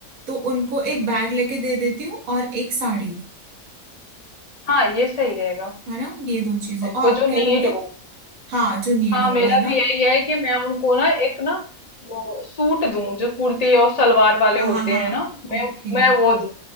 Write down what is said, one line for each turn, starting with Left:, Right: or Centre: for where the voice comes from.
Right: तो उनको एक
Left: हम्म,
Right: बैग लेके दे देती हूँ और एक साड़ी
Left: हाँ ये सही रहेगा
Right: है ना ये दो चीजें
Left: उनको
Right: और आप
Left: जो
Right: क्या
Left: नीड
Right: लोगे
Left: हो
Right: हाँ जो नीड
Left: हाँ
Right: हो
Left: मेरा
Right: भाई
Left: भी
Right: ना
Left: यही है कि मैं उनको ना एक ना वो सूट दूं जो कुर्ती और सलवार वाले
Right: हाँ
Left: होते
Right: हाँ हाँ
Left: हैं ना
Right: ओके
Left: मैं मैं वो दूं